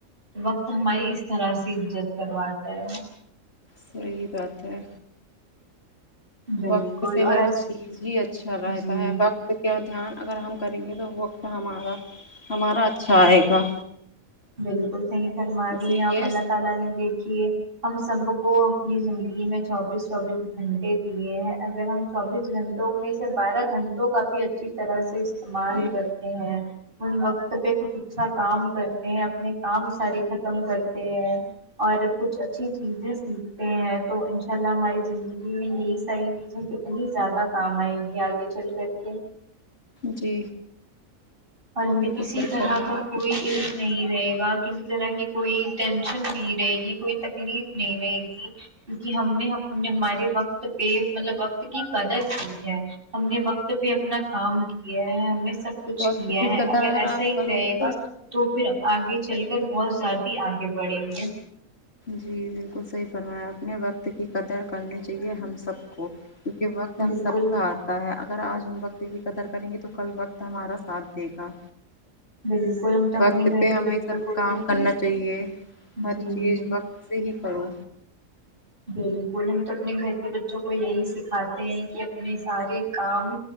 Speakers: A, on the right; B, on the left.
A: وقت ہماری اس طرح سے عزت کرواتا ہے
B: صحیح بات ہے
A: بالکل
B: وقت سے
A: اور
B: ہر
A: ایس
B: چیز ہی اچھا رہتا
A: جی
B: ہے وقت کیا دھیان اگر ہم کریں گے تو وقت ہمارا ہمارا اچھا آئے گا
A: بالکل صحیح فرما رہی
B: اسی
A: ہیں آپ
B: لیے
A: اللہ تعالی نے دیکھ کیے ہم سب کو اپنی زندگی میں چوبیس چوبیس گھنٹے دیے ہیں اگر ہم چوبیس گھنٹوں میں سے بارہ گھنٹوں کا بھی اچھی طرح سے استعمال
B: جی
A: کر تے ہیں ان وقت پے کچھ اچھا کام کر تے ہیں اپنے کام سارے ختم کرتے ہیں اور کچھ اچھی چیزیں سیکھتے ہیں تو ان شاء اللہ ہماری زندگی میں یہی ساری چیزیں کتنی زیادہ کام آئے گی آگے چل کر کے
B: جی
A: اور ہمیں
B: بالکل
A: کسی
B: صحیح
A: طرح
B: فرمایا
A: کا
B: آپ
A: کوئی علم نہیں رہے گا کسی طرح کی کوئی ٹینشن نہیں رہے گی کوئی تکلیف نہیں رہے گی کیونکی ہم نے اپنے ہمارے وقت پے مطلب وقت کی قدر کی ہے ہم نے وقت پے اپنا کام کیا ہے ہم نے سب کچھ
B: وقت
A: کیا
B: کی
A: ہے
B: قدر
A: اگر ایسا
B: آپ
A: ہی
B: کرو
A: رہے
B: گے تو
A: گا تو پھر آگے چل کر بہت زیادہ آگے بڑھیں گے
B: جی بالکل صحیح فرمایا اپنے وقت کی قدر کرنی چاہیے ہم سب کو کیونکہ وقت ہم
A: بالکل
B: سب کا آتا تا ہے اگر آج ہم وقت کی قدر کریں گے تو کل وقت ہمارا ساتھ دے گا
A: بالکل ہم تو
B: وقت
A: اپنے گھر
B: پے
A: کے
B: ہمیں
A: بچوں
B: سب
A: کو
B: کام
A: بھی
B: کرنا چاہیے ہر
A: جی
B: چیز صحیح کرو
A: بالکل ہم تو اپنے گھر کے بچوں کو یہی سکھاتے ہیں کی اپنے سارے کام